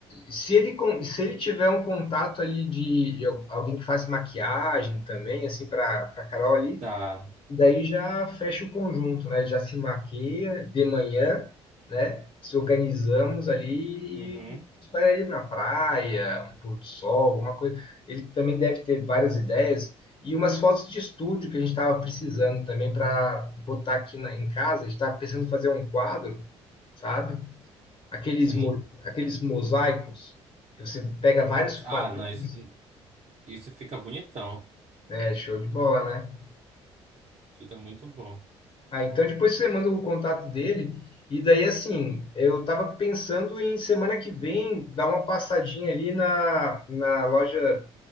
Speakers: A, on the left; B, on the right.
A: Se ele, con- se ele tiver um contato ali de, de al- alguém que faz maquiagem também, assim, para para Carol ali,
B: Tá.
A: daí já fecha o conjunto, né? Já se maquia de manhã, né? Se organizamos ali
B: Uhum.
A: e a gente vai ali na praia, um pôr do sol, uma coisa. Ele também deve ter várias ideias e umas fotos de estúdio que a gente estava precisando também para botar aqui na, em casa. A gente estava pensando em fazer um quadro, sabe? Aqueles,
B: Sim.
A: mo- aqueles mosaicos que você pega vários
B: Ah,
A: quadrinhos.
B: não, isso, isso fica bonitão.
A: É, show de bola, né?
B: Fica muito bom.
A: Ah, então depois você manda o contato dele. E daí, assim, eu tava pensando em semana que vem dar uma passadinha ali na, na loja.